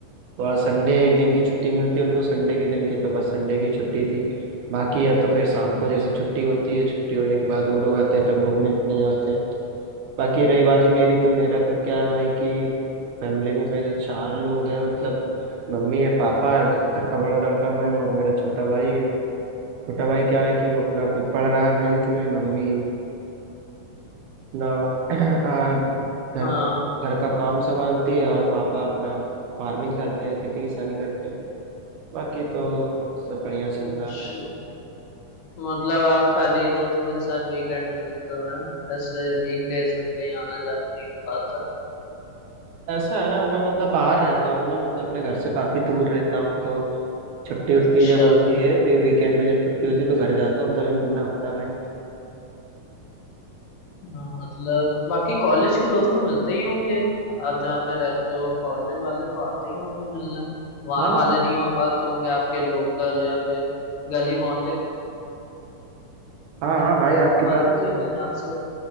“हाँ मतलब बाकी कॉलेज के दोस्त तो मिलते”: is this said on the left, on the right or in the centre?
Left